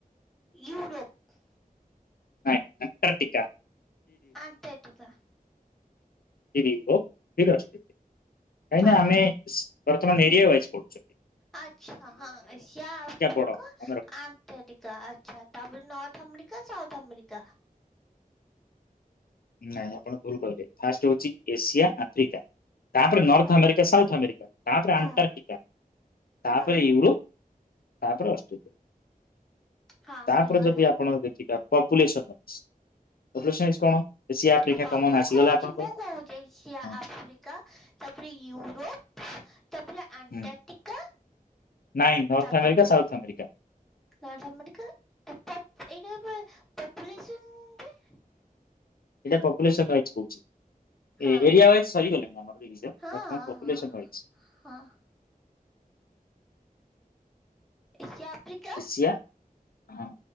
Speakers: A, in the centre; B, on the left.
A: Europe.
B: Antarctica
A: Antarctica
B: <unintelligible> କାହିଁକି
A: ହଁ
B: ନା ଆମେ ବର୍ତ୍ତମାନ ଏରିଆ ୱାଇଜ ପଢ଼ୁଛୁ।
A: ଆଚ୍ଛା ହଁ ଏସିଆ, ଆଫ୍ରିକା
B: ବଡ ମନେ
A: ଆ
B: ରଖ
A: ଆଣ୍ଟାର୍ଟିକା ଆଚ୍ଛା ତାପରେ ନର୍ଥ ଆମେରିକା, ସାଉଥ ଆମେରିକା।
B: ନାଇଁ ଆପଣ ଭୁଲ କହିଲେ ଫାଷ୍ଟ ହଉଛି ଏସିଆ, ଆଫ୍ରିକା ତାପରେ ନର୍ଥ
A: ହୁଁ
B: ଆମେରିକା, ସାଉଥ ଆମେରିକା ତାପରେ
A: ହୁଁ
B: ଆଣ୍ଟାର୍ଟିକା ତାପରେ
A: ହୁଁ
B: ୟୁରୋପ ତାପରେ ଅଷ୍ଟ୍ରେଲିଆ
A: ହଁ
B: ତାପରେ
A: ହେଇଗଲା
B: ଯଦି ଆପଣ ଦେଖିବା ପପୁଲେସନ୍ ୱାଇଜ୍ ପପୁଲେସନ୍ ୱାଇଜ୍ କଣ ଏସିଆ ଆଫ୍ରିକା
A: ଆ
B: କମନ
A: ମୁଁ
B: ଆସିଗଲା
A: କହୁଛି
B: ଆପଣଙ୍କର।
A: ମୁଁ କହୁଛି ଏସିିଆ,
B: ହଁ,
A: ଆଫ୍ରିକା ତାପରେ ୟୁରୋପ ତାପରେ ଆଣ୍ଟାର୍ଟିକା
B: ହୁଁ ନାଇଁ ନର୍ଥ
A: ତାପରେ
B: ଆମେରିକା ସାଉଥ ଆମେରିକା
A: ନର୍ଥ ଆମେରିକା <unintelligible> ପପୁଲେସନରେ
B: ଏଇଟା ପପୁଲେସନ ୱାଇଜ କହୁଛି।
A: ହଁ
B: ଏରିଆ ୱାଇଜ ସରିଗଲାଣି ଆମର <inaudible>
A: ହଁ
B: ବର୍ତମାନ
A: ହଁ
B: ପପୁଲେସନ୍
A: ହଁ
B: ୱାଇଜ୍।
A: ହଁ ଏସିଆ ଆଫ୍ରିକା
B: ଏସିଆ ହଁ